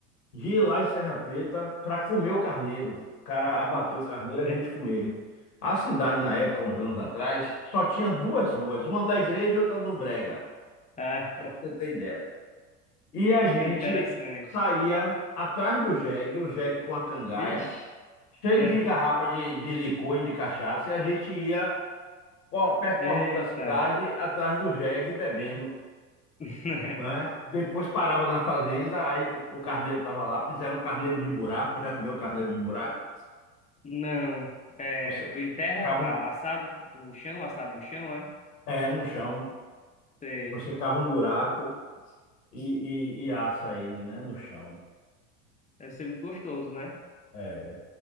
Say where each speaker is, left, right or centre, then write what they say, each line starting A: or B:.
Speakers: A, on the left; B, on the left.
A: de ir lá em Serra Preta para comer o carneiro. O cara abateu o carneiro, a
B: <laughs>
A: gente comer. A cidade, na época, uns anos atrás, só tinha duas ruas, uma da igreja e outra do Brega.
B: Ah,
A: Só para você ter ideia. E a gente
B: tá interessante.
A: saía atrás do jegue, o jegue com a cangaia.
B: Vixe.
A: cheio
B: <laughs>
A: de garrafa
B: né?
A: de, de licor e de cachaça, e a gente ia co- percorrendo
B: Eita.
A: a cidade atrás do jegue bebendo,
B: <laughs>
A: né? Depois parava na fazenda, aí tu- o carneiro estava lá, fizeram um carneiro de buraco, já comeu carneiro de buraco?
B: Não. É,
A: Você,
B: em terra,
A: você cava um-
B: assado no chão, assado no chão, é?
A: é, no chão,
B: Sei.
A: você cava um buraco e, e, e assa ele, né, no chão.
B: Deve ser muito gostoso, né?
A: É.